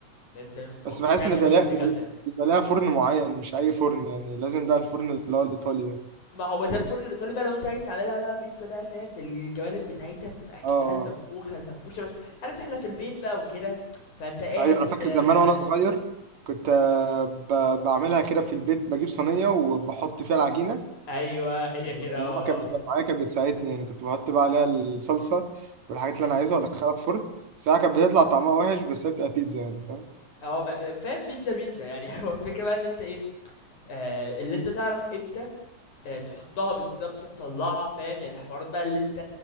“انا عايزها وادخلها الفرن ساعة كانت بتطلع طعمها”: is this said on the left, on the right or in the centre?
Right